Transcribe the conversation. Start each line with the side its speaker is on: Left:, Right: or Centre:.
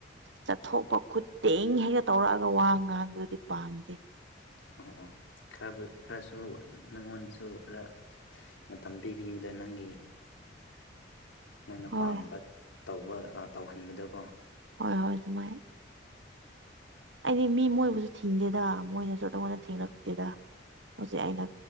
Right: ꯆꯠꯊꯣꯛꯄ ꯈꯨꯠꯇꯦꯡ ꯍꯦꯛꯒ ꯇꯧꯔꯛꯑꯒ ꯋꯥ ꯉꯥꯡꯕꯗꯨꯗꯤ ꯄꯥꯝꯗꯦ
Left: ꯑꯣ ꯑꯣ ꯈꯔ ꯈꯔꯁꯨ ꯅꯪꯉꯣꯟꯗꯁꯨ ꯈꯔ ꯃꯇꯝ ꯄꯤꯕꯤꯌꯨꯗ ꯅꯪꯒꯤ ꯅꯪꯅ
Right: ꯍꯣꯏ
Left: ꯄꯥꯝꯕ ꯇꯧꯕ ꯑ ꯇꯧꯍꯟꯕꯗꯀꯣ
Right: ꯍꯣꯏ ꯍꯣꯏ ꯑꯗꯨꯃꯥꯏ ꯑꯩꯗꯤ ꯃꯤ ꯃꯣꯏꯕꯨꯁꯨ ꯊꯤꯡꯗꯦꯗ ꯃꯣꯏꯅꯁꯨ ꯑꯉꯣꯟꯗ ꯊꯤꯡꯔꯛꯇꯦꯗ ꯍꯧꯖꯤꯛ ꯑꯩꯅ